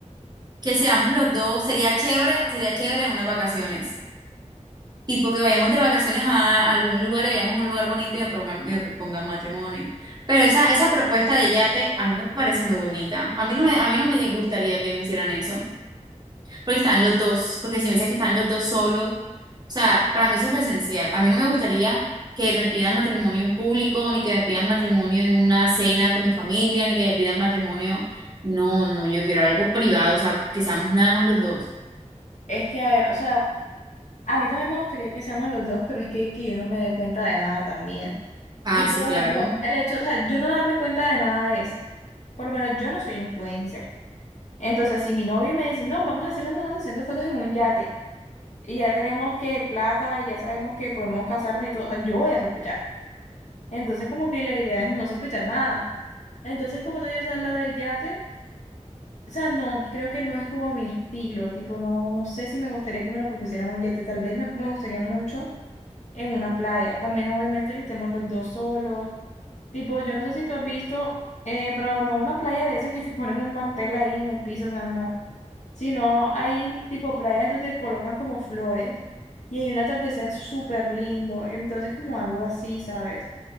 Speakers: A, on the right (about 35°); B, on the left (about 70°).
A: que seamos los dos. Sería chévere, sería chévere en unas vacaciones. Tipo que vayamos de vacaciones a algún lugar y vayamos a un lugar bonito y me propongan, me propongan matrimonio. Pero esa, esa propuesta de yate a mí me parece muy bonita. A mí no me, a mí no me disgustaría que me hicieran eso, porque están los dos, porque si me dices que están los dos solos, o sea, para mí eso es lo esencial. A mí no me gustaría que me pidan matrimonio en público, ni que me pidan matrimonio en una cena con mi familia, ni que me pidan matrimonio. No, no, yo quiero algo privado, o sea, que seamos nada más los dos.
B: Es que, a ver, o sea, a mí también me gustaría que seamos los dos, pero es que, que yo no me dé cuenta de nada también.
A: Ah,
B: Y, por
A: sí, claro.
B: ejemplo, el hecho, o sea, yo no darme cuenta de nada es, por lo menos yo no soy influencer. Entonces, si mi novio me dice, no, vamos a hacernos una sesión de fotos en un yate, y ya tenemos que plata, y ya sabemos que podemos casarnos y todo, o sea, yo voy a sospechar. Entonces, como que la idea es no sospechar nada. Entonces, como te digo, o sea, lo del yate, o sea, no, creo que no es como mi estilo, tipo, no, no sé si me gustaría que me lo propusieran en un yate, tal vez me, me gustaría mucho en una playa, también obviamente que estemos los dos solos, tipo, yo no sé si tú has visto, eh, pero no una playa de esas que <laughs> te ponen un mantel ahí en el piso, o sea, no, sino hay tipo playas donde colocan como flores y hay un atardecer súper lindo, entonces como algo así, ¿sabes?